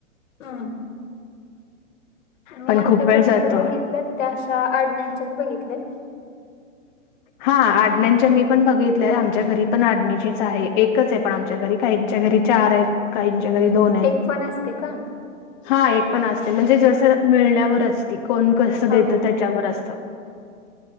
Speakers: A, on the left; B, on the left.
A: हम. मी
B: पण
A: आतापर्यंत
B: खूप वेळ जातो
A: बघितलेत. त्या अशा आडण्यांच्यात बघितलेत. <inaudible>
B: हा, आडण्यांच्या मी पण बघितल्या. आमच्या घरी पण आडणीचीच आहे. एकच आहे पण आमच्या घरी. काहीच्या घरी चारयत. काहींच्या घरी दोनयत.
A: एक पण आसते का?
B: हा एक पण असते. म्हणजे जस मिळण्यावर असती. कोण कसं
A: हा
B: देत?
A: हा
B: त्या च्यावर असतं.